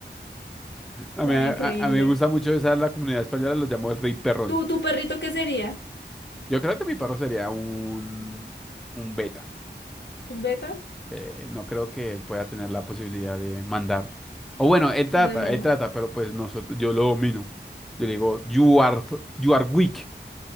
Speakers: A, in the centre; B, on the left.
A: A
B: Nada,
A: mí, a,
B: increíble.
A: a mí me gusta mucho esa, la comunidad española los llamó el rey perrón.
B: ¿Tú, tu perrito qué sería?
A: Yo creo que mi perro sería un, un beta.
B: ¿Un beta?
A: Eh, no creo que él pueda tener la posibilidad de mandar. O bueno, él trata,
B: De mano.
A: él trata, pero pues nosotros, yo lo domino. Yo le digo, you are, f- you are weak.